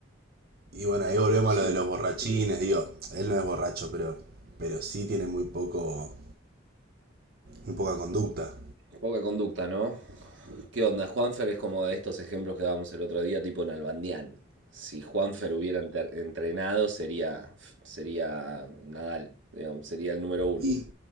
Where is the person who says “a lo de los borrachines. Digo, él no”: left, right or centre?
Right